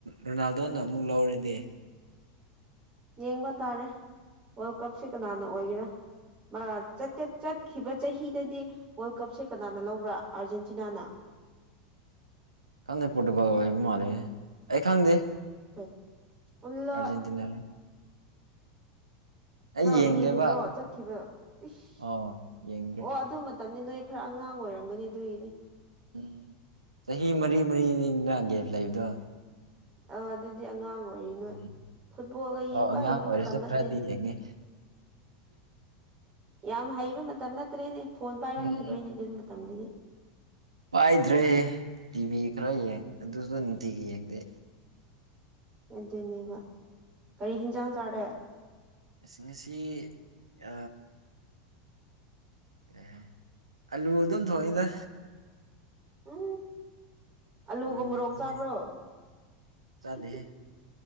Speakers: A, on the right; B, on the right.
A: ꯔꯣꯅꯥꯜꯗꯣꯅ ꯑꯃꯨꯛ ꯂꯧꯔꯗꯤ
B: ꯌꯦꯡꯕ ꯇꯥꯔꯦ ꯋꯥꯔꯜ ꯀꯞꯁꯦ ꯀꯅꯥꯅ ꯑꯣꯏꯒꯦꯔꯥ ꯑ ꯆꯠꯇꯦ ꯆꯠꯈꯤꯕ ꯆꯍꯤꯗꯗꯤ ꯋꯥꯔꯜ ꯀꯞꯁꯦ ꯀꯅꯥꯅ ꯂꯧꯕ꯭ꯔꯥ ꯑꯥꯔꯖꯦꯟꯇꯤꯅꯥꯅ <inaudible>
A: ꯈꯪꯗꯦ ꯄꯣꯔꯇꯨꯒꯜ ꯑꯣꯏꯕ ꯃꯥꯜꯂꯤꯅꯦ ꯑꯩ ꯈꯪꯗꯦ
B: <unintelligible> ꯑꯜꯂ
A: ꯑꯔꯖꯦꯟꯇꯤꯅꯥꯔ
B: ꯅꯪ
A: ꯌꯦꯡꯗꯦꯕ
B: ꯌꯦꯡꯗ꯭ꯔꯣ ꯆꯠꯈꯤꯕ ꯏꯁ
A: ꯑꯣ ꯌꯦꯡꯗ꯭ꯔꯦ
B: ꯑꯣ ꯑꯗꯨ ꯃꯇꯝꯅꯤ ꯅꯣꯏ ꯈꯔ ꯑꯉꯥꯡ ꯑꯣꯏꯔꯝꯒꯅꯤ ꯑꯗꯨꯒꯤꯅꯤ
A: ꯎꯝ ꯆꯍꯤ ꯃꯔꯤ ꯃꯔꯤꯅꯤꯅ ꯒꯦꯞ ꯂꯩꯕꯗꯣ
B: ꯑꯥ ꯑꯗꯨꯗꯤ ꯑꯉꯥꯡ ꯀꯔꯤꯅꯣ
A: ꯎꯝ
B: ꯐꯨꯠꯕꯣꯜꯒ ꯌꯦꯡꯕ
A: ꯑꯧ ꯑꯉꯥꯡ
B: ꯍꯩꯕ
A: ꯑꯣꯏꯔꯁꯨ
B: ꯃꯇꯝ ꯅꯠꯇꯦꯅꯦ
A: ꯈꯔꯗꯤ ꯌꯦꯡꯉꯦ
B: ꯌꯥꯝ ꯍꯩꯕ ꯃꯇꯝ ꯅꯠꯇ꯭ꯔꯦꯅꯦ ꯐꯣꯟ ꯄꯥꯏꯔꯝꯈꯤꯔꯣꯏꯅꯦ
A: ꯎꯝ
B: ꯑꯗꯨ ꯃꯇꯝꯗꯨꯗꯤ
A: ꯄꯥꯏꯗ꯭ꯔꯦ ꯇꯤꯚꯤ ꯈꯔ ꯌꯦꯡꯉ ꯑꯗꯨꯁꯨ ꯅꯨꯡꯇꯤꯒꯤ ꯌꯦꯡꯗꯦ
B: ꯑꯗꯨꯅꯦꯕ ꯀꯔꯤ ꯍꯤꯟꯖꯥꯡ ꯆꯥꯔꯦ
A: ꯑꯁꯤꯡ ꯉꯁꯤ ꯌꯥ ꯑꯦ ꯑꯂꯨ ꯑꯗꯨꯝ ꯊꯣꯡꯉꯤꯗ
B: ꯎ ꯑꯥꯂꯨꯒ
A: ꯑꯂꯨ
B: ꯃꯣꯔꯣꯛ
A: ꯉꯥꯛꯇꯅꯦ
B: ꯆꯥꯕ꯭ꯔꯣ
A: ꯆꯥꯗꯦꯍꯦ
B: ꯍꯨꯝ ꯍꯨꯝ